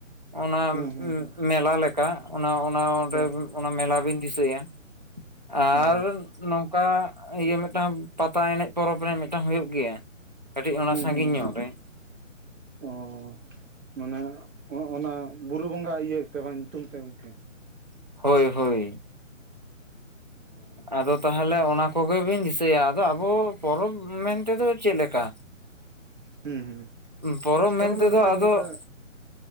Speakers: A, on the right (about 35°); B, on the right (about 70°).
A: ᱚᱱᱟ
B: ᱦᱩᱸ ᱦᱩᱸ ᱦᱩᱸ
A: ᱢᱮᱞᱟ ᱞᱮᱠᱟ ᱚᱱᱟ ᱚᱱᱟᱸᱰᱮ
B: ᱦᱳᱭ
A: ᱚᱱᱟ ᱢᱮᱞᱟ ᱵᱤᱱ ᱫᱤᱥᱟᱹᱭᱟ ᱟᱨ
B: ᱚ
A: ᱱᱚᱝᱠᱟ ᱚᱱᱠᱟ ᱤᱭᱟᱹ ᱢᱤᱫᱴᱟᱝ ᱯᱟᱛᱟ ᱮᱱᱮᱡ ᱯᱚᱨᱚᱵᱽ ᱨᱮ ᱢᱤᱫᱴᱟᱝ ᱦᱩᱭᱩᱜ ᱜᱮᱭᱟ᱾ ᱠᱟᱹᱴᱤᱡ ᱚᱱᱟ
B: ᱦᱩᱸ
A: ᱥᱟᱺᱜᱤᱧ
B: ᱦᱩᱸ
A: ᱧᱚᱜ
B: ᱦᱩᱸ
A: ᱨᱮ
B: ᱚ ᱢᱟᱱᱮ ᱚᱱᱟ ᱵᱩᱨᱩ ᱵᱚᱸᱜᱟ ᱤᱭᱟᱹᱛᱮ ᱵᱟᱝ ᱧᱩᱛᱩᱢ ᱛᱮ ᱜᱚᱝᱠᱮ᱾
A: ᱦᱳᱭ ᱦᱳᱭ᱾
B: ᱚ
A: ᱟᱫᱚ ᱛᱟᱦᱚᱞᱮ ᱚᱱᱟ ᱠᱚᱜᱮ ᱵᱤᱱ ᱫᱤᱥᱟᱹᱭᱟ, ᱟᱫᱚ ᱟᱵᱚ ᱯᱚᱨᱚᱵᱽ ᱢᱮᱱᱛᱮᱫᱚ ᱪᱮᱫᱞᱮᱠᱟ
B: ᱦᱩᱸ ᱦᱩᱸ
A: ᱯᱚᱨᱚᱵᱽ ᱢᱮᱱᱛᱮᱫᱚ
B: ᱯᱚᱨᱚᱵ ᱢᱮᱱ ᱛᱮᱫᱚ
A: ᱟᱫᱚ
B: ᱜᱚᱝᱠᱮ